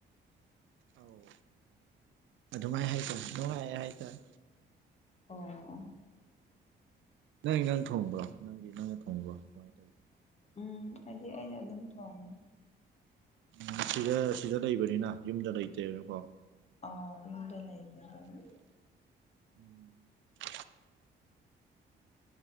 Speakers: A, on the right; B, on the left.
A: ꯑꯥꯎ ꯑꯗꯨꯃꯥꯏ ꯍꯥꯏꯇꯥꯔꯦ ꯅꯨꯡꯉꯥꯏ ꯍꯥꯏꯇꯥꯔꯦ
B: ꯑꯣ
A: ꯅꯪ ꯏꯟꯖꯥꯡ ꯊꯣꯡꯕ꯭ꯔꯣ ꯅꯪꯒꯤ ꯅꯪꯅ ꯊꯣꯡꯕ꯭ꯔꯣ ꯀꯃꯥꯏꯅ ꯇꯧꯒꯦ
B: ꯎꯝ ꯑꯩꯗꯤ ꯑꯩꯅ ꯑꯗꯨꯝ ꯊꯣꯡꯉꯦ
A: ꯎꯝ ꯁꯤꯗ ꯁꯤꯗ ꯂꯩꯕꯅꯤꯅ ꯌꯨꯝꯗ ꯂꯩꯇꯦꯅꯀꯣ
B: ꯑ ꯌꯨꯗ ꯂꯩꯇꯦ ꯑꯈꯣꯏꯒꯤ
A: <inaudible>